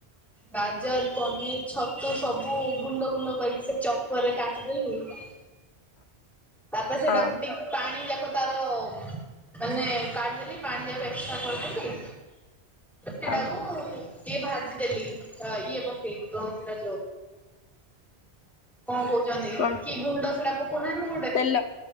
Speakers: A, in the centre; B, on the left.
A: ବା ପନିର, ଛତୁ ସବୁ ଗୁଣ୍ଡ ଗୁଣ୍ଡ କରିକି ସେ ଚପରରେ କାଟିଦେଲିି। ତାପରେ ସେଟାକୁ
B: ହଁ
A: ଟିକେ ପାଣି ଯାକ ତାର ମାନେ କାଢିଦେଲି ପାଣି ଯିବାକୁ ଏକ୍ସଟ୍ରା କରିଦେଲି। ସେଟାକୁ
B: ଆଉ
A: ଟଇଏ ଭାଜିଦେଲି ତ ଇଏ ବ ପକେଇକି କ ସେଟା କଣ କହୁଛନ୍ତି?
B: କଣ
A: କି ଗୁଣ୍ଡ ସେଟା ପକଉନାହାନ୍ତି।
B: ତେଲ